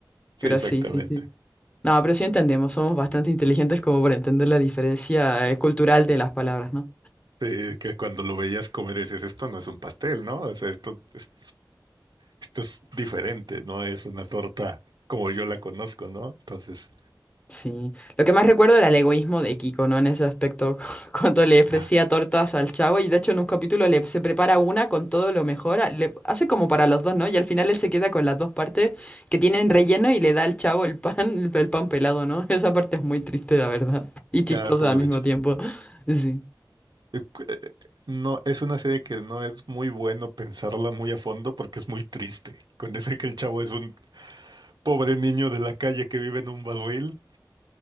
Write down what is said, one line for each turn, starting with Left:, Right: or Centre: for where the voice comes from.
Right: sí,
Left: Pero
Right: exactamente.
Left: sí, sí, sí. No, pero sí entendemos, somos bastante inteligentes como para entender la diferencia eh, cultural de las palabras, ¿no?
Right: Sí, que cuando lo veías comer decías, esto no es un pastel, ¿no? O sea, esto, es- esto es diferente, no es una torta como yo la conozco, ¿no? Entonces,
Left: Sí, lo que más recuerdo era el egoísmo de Kiko, ¿no? En ese aspecto, <laughs> cuando le ofrecía
Right: ah,
Left: tortas al chavo y de hecho en un capítulo le, se prepara una con todo lo mejor, a- le hace como para los dos, ¿no? Y al final él se queda con las dos partes que tienen relleno y le da al chavo el pan, <laughs> el, pan pelado, ¿no? <laughs> Esa parte es muy triste, la verdad, y chistosa
Right: ya, pobre
Left: al mismo
Right: cha-
Left: tiempo. <laughs> Sí,
Right: Eh, cu- eh, No, es una serie que no es muy bueno pensarla muy a fondo porque es muy triste. Con ese que el chavo es un Pobre niño de la calle que vive en un barril.